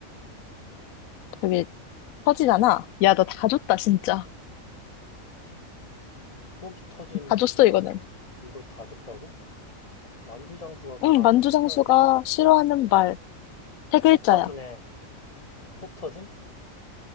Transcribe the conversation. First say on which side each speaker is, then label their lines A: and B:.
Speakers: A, on the left; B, on the left.
A: 되게 터지잖아. 야, 너 다 줬다, 진짜.
B: 속이 터진
A: 다 줬어,
B: 만,
A: 이거는.
B: 이걸 다 줬다고? 만두 장수가 가장
A: 응, 만두
B: 싫어하는,
A: 장수가 싫어하는
B: 어,
A: 말. 세 글자야.
B: 속 터지네. 속 터짐?